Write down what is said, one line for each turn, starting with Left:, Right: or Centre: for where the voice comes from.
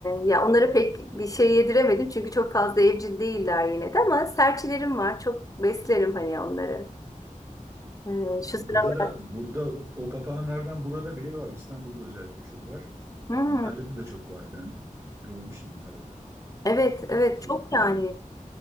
Left: ya onlara pek bir şey yediremedim çünkü çok fazla evcil değiller yine de ama serçelerim var. Çok beslerim hani onları. Ee, şu sıralar.
Right: Burada da burada o papağanlardan burada bile var. İstanbul'da özellikle çok var.
Left: Hmm,
Right: Antalya'da da çok var. Ben görmüştüm Antalya'da
Left: evet evet
Right: tatile
Left: çok
Right: gittiğimde.
Left: yani